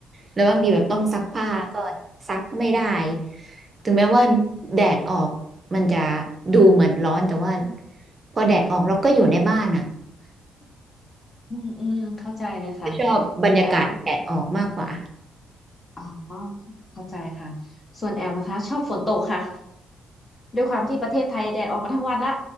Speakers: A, on the right (about 30°); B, on the left (about 30°).
A: แล้วบางทีแบบต้องซักผ้าก็ซักไม่ได้ถึงแม้ว่าแดดออกมันจะดูเหมือนร้อนแต่ว่าพอแดดออกเราก็อยู่ในบ้านอ่ะ
B: อืมอืมเข้าใจเลยค่ะ
A: ก็ชอบบรรยากาศแดดออกมากกว่า
B: แอมอ๋อเข้าใจค่ะส่วนแอมนะคะชอบฝนตกค่ะด้วยความที่ประเทศไทยแดดออกมาทั้งวันละ